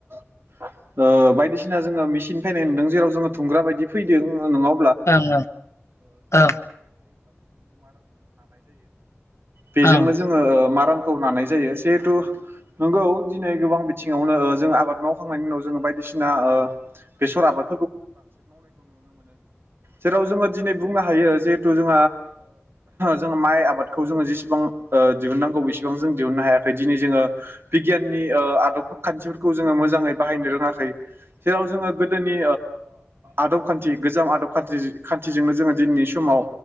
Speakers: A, on the right (about 55°); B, on the left (about 80°).
A: ओ बायदिसिना जोङो मेसिन फैनाय नुदों जेराव जोङो धुंग्रा बायदि फैदों नोंनाव
B: ओं ओं
A: <inaudible> बेजोंनो
B: ओं ओं
A: जोङो मारामखौ लानाय जायो जिहेथु नंगौ दिनै गोबां बिथिङावनो जों आबाद मावखांनायनि उनाव जोङो बायदिसिना बेसर आबाद <inaudible> जेहेथु जों जों माइ आबादखौ जोङो जेसेबां दिहुननांगौ बेसेबां जों दिहुनांग नो हायाखै दिनै जोङो बिगियाननि आदब खान्थिफोरखौ जोङो मोजाङै बाहायनो रोङाखै जेराव जोङो गोदोनि आदब खान्थि गोजाम आदब खान्थि खान्थिजोंनो जोङो दिनैनि समाव